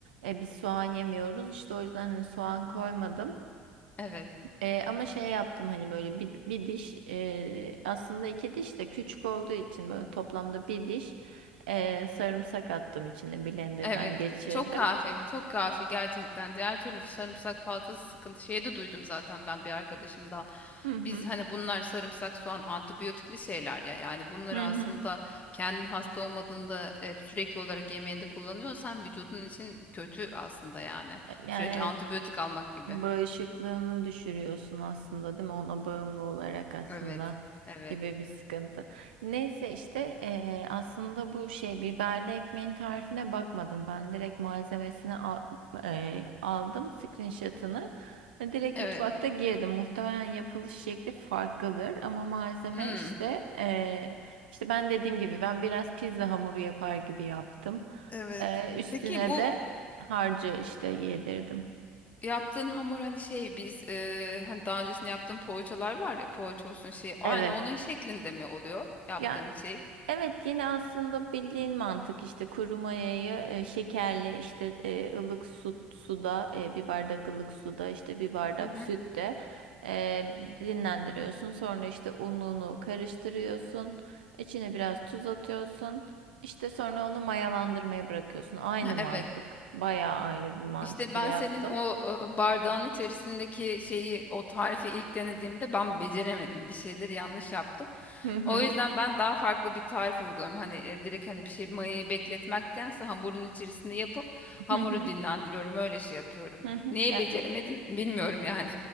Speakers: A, on the right (about 70°); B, on the left (about 30°).
A: E, biz soğan yemiyoruz işte o yüzden hani soğan koymadım.
B: Evet.
A: E, ama şey yaptım hani böyle bir, bir diş e, aslında iki diş de küçük olduğu için böyle toplamda bir diş e, sarımsak attım içine blenderdan
B: Evet.
A: geçirdim.
B: Çok kahve. Çok kahve gerçekten. Diğer türlü sarımsak fazlası sıkıntı. Şeyi de duydum zaten ben bir arkadaşımdan.
A: Hı hı.
B: Biz hani bunlar sarımsak, soğan antibiyotikli şeyler ya. Yani bunları
A: Hı
B: aslında
A: hı.
B: kendin hasta olmadığında hep sürekli olarak yemeğinde kullanıyorsan vücudun için kötü aslında yani.
A: Yani
B: Sürekli
A: evet
B: antibiyotik almak gibi.
A: bağışıklığını düşürüyorsun aslında değil mi? Ona bağımlı olarak aslında
B: Evet. Evet.
A: gibi bir sıkıntı. Neyse işte eee, aslında bu şey biberli ekmeğin tarifine bakmadım. Ben direkt malzemesini al- eee, aldım screenshot'ını. Ve Direkt
B: Evet.
A: mutfakta girdim. Muhtemelen yapılış şekli farklıdır ama malzeme
B: <clears throat>
A: işte eee, işte ben dediğim gibi ben biraz pizza hamuru yapar gibi yaptım.
B: Evet.
A: Eee, üstüne
B: Peki bu
A: de harcı işte yedirdim.
B: yaptığın hamur hani şey biz e, hani daha öncesinde yaptığın poğaçalar var ya poğaça olsun şey aynı
A: Evet.
B: onun şeklinde mi oluyor yaptığın
A: Ya
B: şey?
A: evet yine aslında bildiğin mantık işte kuru mayayı e, şekerle işte e, ılık su, suda e, bir bardak ılık suda işte bir bardak
B: Hı hı.
A: sütte e, dinlendiriyorsun. Sonra işte ununu karıştırıyorsun. İçine biraz tuz atıyorsun. İşte sonra onu mayalandırmaya bırakıyorsun. Aynı
B: Ha,
A: mantık.
B: Evet.
A: Bayağı aynı bir mantıkla
B: İşte ben
A: yaptım.
B: senin o e, bardağın içerisindeki şeyi o tarifi ilk denediğimde ben beceremedim. Bir şeyleri yanlış yaptım.
A: Hı hı.
B: O yüzden ben daha farklı bir tarif uyguluyorum. Hani e, direkt hani bir şey mayayı bekletmektense hamurun içerisinde yapıp hamuru
A: Hı hı.
B: dinlendiriyorum. Öyle şey yapıyorum.
A: Hı hı.
B: Neyi
A: Ya
B: beceremedim bilmiyorum yani.